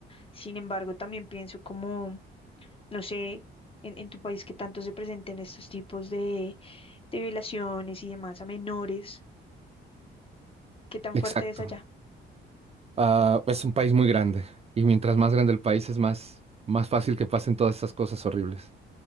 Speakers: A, on the left; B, on the right.
A: Sin embargo, también pienso como, no sé, en, en tu país que tanto se presenten estos tipos de, de violaciones y demás a menores, qué tan
B: exacto.
A: fuerte es allá.
B: Ah, es un país muy grande y mientras más grande el país es más, más fácil que pasen todas esas cosas horribles.